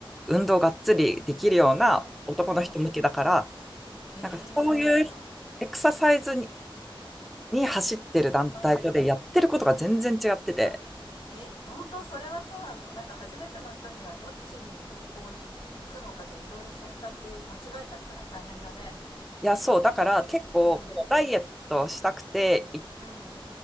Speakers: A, in the centre; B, on the left (about 65°).
A: 運動がっつりできるような男の人向けだから、
B: うんうんへえあそっか
A: なんかそういうエクササイズに、に走ってる団体とでやってることが全然違ってて、
B: うんあえ本当それはさなんか初めての人にはどっちの方向に行くのかでいろいろ選択間違えちゃったら大変だね
A: いや、そう、だから結構、
B: うん
A: このダイエットをしたくて行っ
B: うん